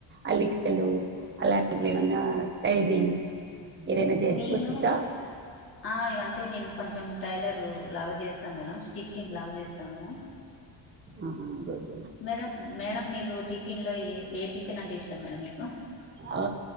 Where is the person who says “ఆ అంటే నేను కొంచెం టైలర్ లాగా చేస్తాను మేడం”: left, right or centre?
Left